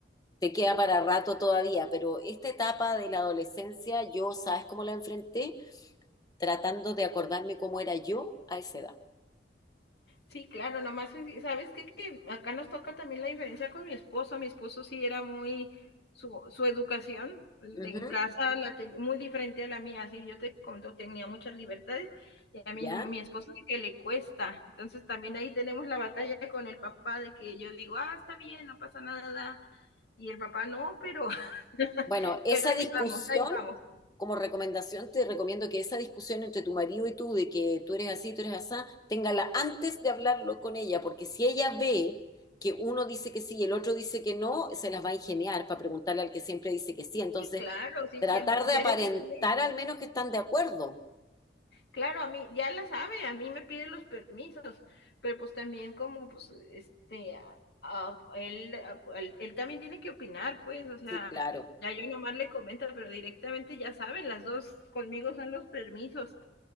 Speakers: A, on the left (about 20°); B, on the left (about 65°).
A: te queda para rato todavía. Pero esta etapa de la adolescencia, yo, ¿sabes cómo la enfrenté? Tratando de acordarme cómo era yo a esa edad.
B: Sí, claro, nomás, ¿sabes qué? Que acá nos toca también la diferencia con mi esposo. Mi esposo sí era muy, su, su educación en
A: Ujú,
B: casa la ten- muy diferente a la mía. Así yo te conto, tenía muchas libertades y a
A: ¿Ya?
B: mí mi esposo sí que le cuesta. Entonces también ahí tenemos la batalla con el papá de que yo digo, ah, está bien, no pasa nada. Y el papá, no, pero,
A: Bueno,
B: <laughs>
A: esa
B: pero ahí
A: discusión,
B: vamos, ahí vamos.
A: como recomendación, te recomiendo que esa discusión entre tu marido y tú, de que tú eres así, tú eres asá, téngala antes de hablarlo con ella, porque si ella ve que uno dice que sí y el otro dice que no, se las va a ingeniar para preguntarle al que siempre dice que sí. Entonces,
B: Sí, claro, sí,
A: tratar
B: siempre,
A: de
B: diario
A: aparentar
B: me pide,
A: al menos que están de acuerdo.
B: claro, a mí, ya la sabe, a mí me pide los permisos, pero pues también como, pues, este, a- a- él, a- él, él también tiene que opinar, pues, o sea,
A: Sí, claro,
B: ya yo nomás le comento, pero directamente ya saben, las dos conmigo son los permisos.